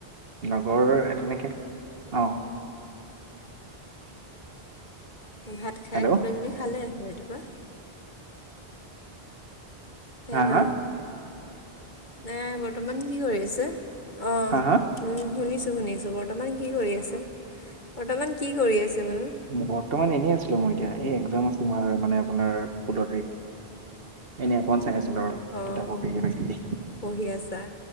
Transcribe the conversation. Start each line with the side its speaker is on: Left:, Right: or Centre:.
Right: লগৰ তেনেকে অঁ।
Left: ভাত খাই
Right: হেল্ল'?
Left: কিবা কিবি খালে ৰাতিপুৱা? হেল্ল,
Right: হা হা?
Left: নাই বৰ্তমান কি কৰি আছে? অঁ।
Right: হা হা?
Left: উম শুনিছোঁ শুনিছোঁ, বৰ্তমান কি কৰি আছে, বৰ্তমান কি কৰি আছে বোলো?
Right: বৰ্তমান এনেই আছিলো মই এতিয়া, এই একজাম আছিলো তোমাৰ মানে আপোনাৰ ষোল্ল তাৰিখে। এনে অকণমান চাই আছিলো আৰু,
Left: অঁ
Right: কিতাপত কিবা কিবি।
Left: পঢ়ি আছা।